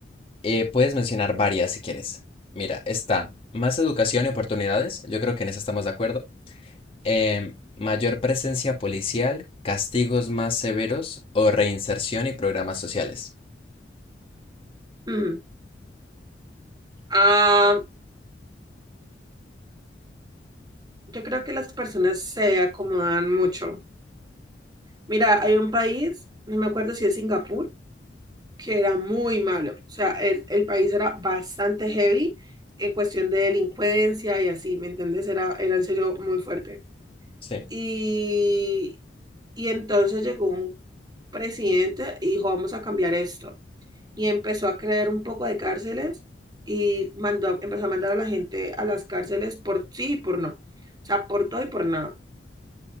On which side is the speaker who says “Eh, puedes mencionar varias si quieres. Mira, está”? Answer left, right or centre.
Left